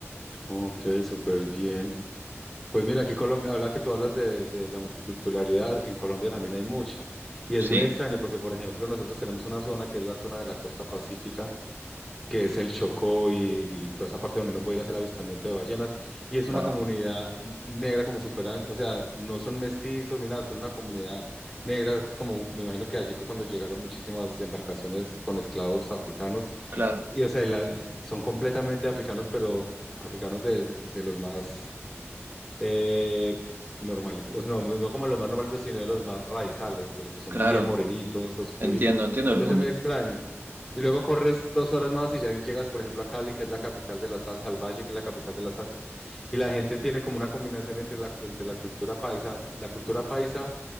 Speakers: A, in the centre; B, on the right (about 45°).
A: ok, súper bien. Pues mira, aquí Colombia, habla que tú hablas de, de la multiculturalidad, en Colombia también hay mucha. Y es
B: ¿sí?
A: muy extraño porque, por ejemplo, nosotros tenemos una zona que es la zona de la costa pacífica, que es el Chocó y, y toda esa parte donde uno puede ir a hacer avistamiento de ballenas. Y es una
B: Wow,
A: comunidad negra como si fueran, o sea, no son mestizos ni nada, son una comunidad negra, como me imagino que allí fue cuando llegaron muchísimas embarcaciones con esclavos africanos
B: claro,
A: Y o sea, la- son completamente africanos, pero africanos de, de- de los más eh, normalitos, o sea, no, no como los más normalitos, sino de los más raizales, de los que son
B: claro,
A: bien morenitos, oscuritos.
B: entiendo, entiendo
A: Entonces
B: el punto,
A: es muy extraño. Y luego corres dos horas más y ya llegas, por ejemplo, a Cali, que es la capital de la salsa, al Valle, que es la capital de la salsa. Y la gente tiene como una combinación entre la, entre la cultura paisa, la cultura paisa